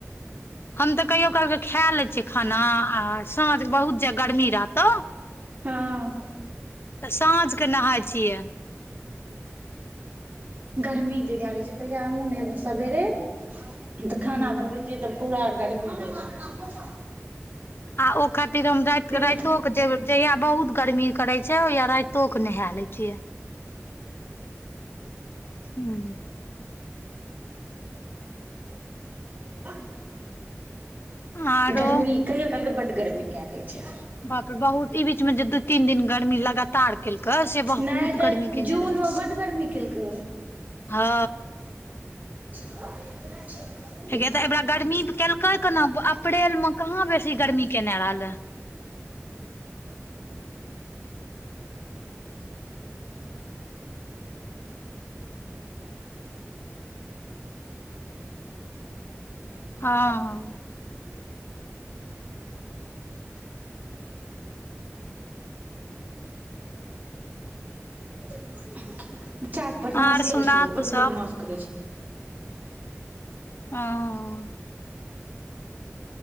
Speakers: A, on the left; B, on the right.
A: हम तऽ कहियो काल कऽ खा ले छिये खाना आ साँझ बहुत जे गर्मी रहतो
B: हाँ।
A: त साँझ के नहाय छिये
B: गर्मी जहिया रहै छै ताहिया हमहुँ नेहबो सबेरे तऽ खाना
A: हूं
B: बनबै छियै तऽ पूरा। खरिपिब होगोबा
A: आ ओ खातिर हम रात राइतो
B: हम
A: जहिया बहुत गर्मी करे छ ओहिया राइतो के नहा ले छिये हा
B: हा।
A: आरो
B: गर्मी कहियो कालके बड्ड गर्मी के दे छे
A: बाप रे बहुत ई बीच मे जे दू तीन दिन गर्मी लगातार केलका से बहुत
B: नहि तऽ
A: गर्मी केने
B: जूनमे
A: रहे
B: बड्ड गर्मी केलकै
A: हा
B: छे
A: हेगे त एबरा गर्मी केलके केना अप्रेल मे कहाँ बेसी गर्मी केने रहले हा हा
B: बच्चा बदमासी
A: आर
B: जे
A: सुना
B: देखियो
A: तू
B: बड़
A: सब
B: बदमासी करे छै
A: हाँ